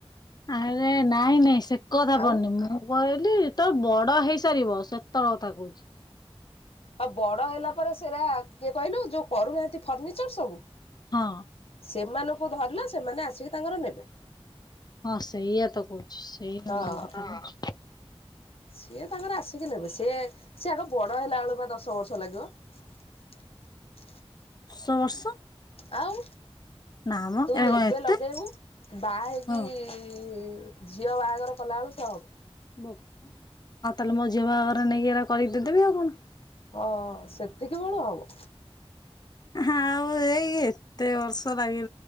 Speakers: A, on the left; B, on the left.
A: ଆରେ ନାଇଁ ନାଇଁ ସେ କଥା
B: ଆଉ
A: ପଡ଼ିନି ମୁଁ କହିଲି ତ ବଡ ହେଇସାରିବ ସେତେବେଳ କଥା କହୁଛି।
B: ଆଉ ବଡ ହେଲା ପରେ ସେଇରା କିଏ କହିଲୁ ଯୋଉ କରୁନାହାନ୍ତି ଫର୍ଣ୍ନିଚର୍ ସବୁ
A: ହଁ।
B: ସେମାନଙ୍କୁ ଧରିଲା ସେମାନେ ଆସିକି ତାଙ୍କର ନେବେ।
A: ହଁ ସେଇଆ ତ କ ସେଇମାନଙ୍କ
B: ହଁ
A: କଥା କହୁଛି।
B: ସିଏ ତାଙ୍କରେ ଆସିକି ନେବେ ସିଏ ସେ ଆଗ ବଡ ହେଲା ବେଳକୁ ବା ଦଶ ବର୍ଷ ଲାଗିବ।
A: <inaudible> ଶ ବର୍ଷ
B: ଆଉ।
A: ନା ମ
B: ତୁ
A: ଏରା କଣ
B: ଏବେ
A: ଏତେ
B: ଲଗେଇବୁ ବାହା ହେଇକି
A: ହଁ
B: ଝିଅ ବାହାଘର କଲା ବେଳୁ ସେ ହବ।
A: ଆଉ ତାହେଲେ ମୋ ଝିଅ ବାହାଘରରେ ନେଇକି ଏରା କରିକି ଦେଇଦେବି ଆଉ କଣ
B: ହଁ ସେତିକି ବେଳୁ ହବ।
A: ଆଉ ଏଇ ଏତେ ବର୍ଷ ଲାଗି